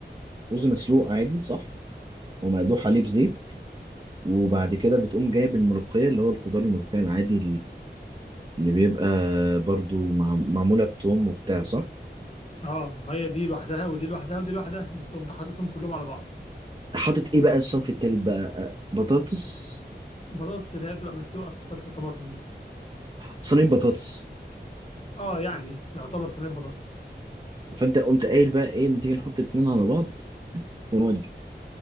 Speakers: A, on the right (about 25°); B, on the left (about 35°).
A: رز مسلوق عادي صح ومقدوح عليه بزيت وبعد كده بتقوم جايب الملوخية اللي هو الخضار الملوخية العادي اللي بيبقى برضو مع... معمولة بتوم وبتاع صح؟
B: اه هي دي لوحدها ودي لوحدها ودي لوحدها بس قمت حاططهم كلهم على بعض
A: حاطط ايه بقى الصنف التالت بقى بطاطس
B: البطاطس اللي هي بتبقى مسلوقه في صلصه طماطم دي
A: صينية بطاطس
B: اه يعني يعتبر صينيه بطاطس
A: فانت قمت قايل بقى ايه ما تيجي نحط اتنين على بعض ونودي